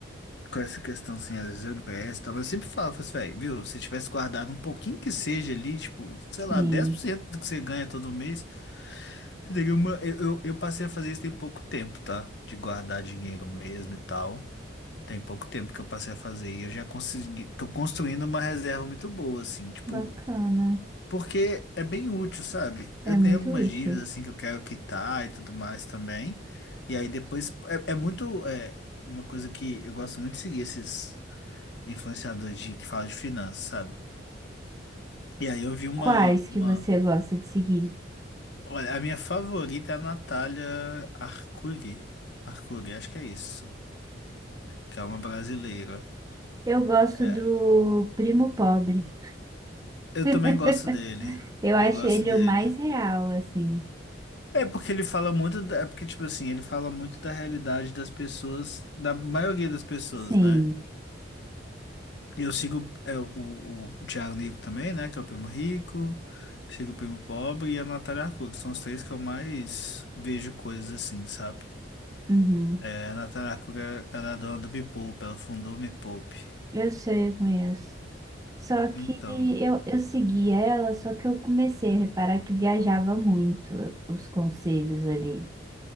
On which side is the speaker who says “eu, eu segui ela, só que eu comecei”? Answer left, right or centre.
Right